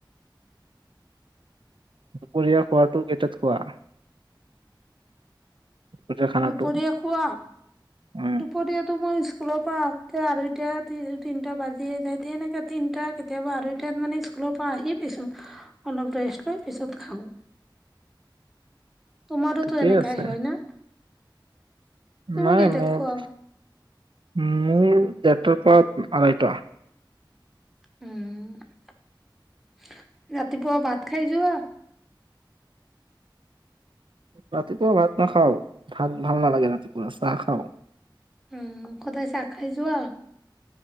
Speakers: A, on the right; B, in the centre.
A: দুপৰীয়া খোৱাটো কেইটাত খোৱা দুপৰীয়া খানাটো
B: দুপৰীয়া খোৱা
A: <unintelligible>
B: দুপৰীয়াতো মই স্কুলৰ পৰা আহোতে আঢ়ৈতা তিনটা বাজিয়ে যায় এনেকে তিনটা কেতিয়াবা আঢ়ৈ টাত মানে স্কুলৰ পা আহিয়ে পাইছো অলপ ৰেষ্ট লৈ পিছত খাওঁ
A: <inaudible>
B: তোমাৰো
A: ঠিকেই
B: ত এনেকাই
A: আছে
B: হয় না তুমি
A: নাই
B: কেইটাত
A: মোৰ
B: খোৱা
A: মোৰ ডেৰটাৰ পা আঢ়ৈটা
B: উম ৰাতিপুৱা ভাত খাই যোৱা
A: ৰাতিপুৱা ভাত নাখাও ভাত ভাল নালাগে ৰাতিপুৱা চাহ খাও
B: উম সদায় চাহ খাই যোৱা